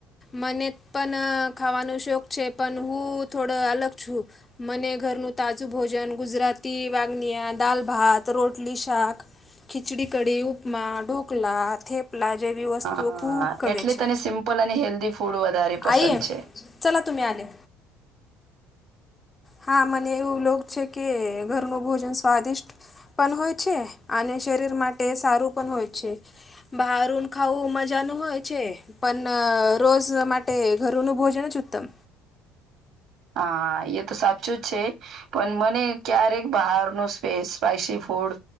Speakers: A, on the left; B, on the right.
A: મને પન ખાવાનો શોખ છે, પન હું થોડો અલગ છું. મને ઘરનું તાજું ભોજન, ગુજરાતી વાગનિયા દાલ, ભાત, રોટલી, શાક ખિચડી કડી, ઉપમા, ઢોકલા, થેપલા જેવી વસ્તુઓ
B: અ
A: ખુબ ગમે
B: એટલે
A: છે.
B: તને સિમ્પલ અને હેલ્ધી ફૂડ વધારે પસંદ
A: આઈયે.
B: છે
A: ચલા તુમી આલે. હા મને એવું લોગ છે કે ઘરનું ભોજન સ્વાદિષ્ટ પણ હોય છે અને શરીર માટે સારું પણ હોય છે. બહારુંન ખાવું મજાનું હોય છે. પન રોજ માટે ઘરનું ભોજન જ ઉત્તમ.
B: હા એ તો સાચું જ છે, પણ મને ક્યારેક બહારનું સ્પેસ સ્પાઈસી ફૂડ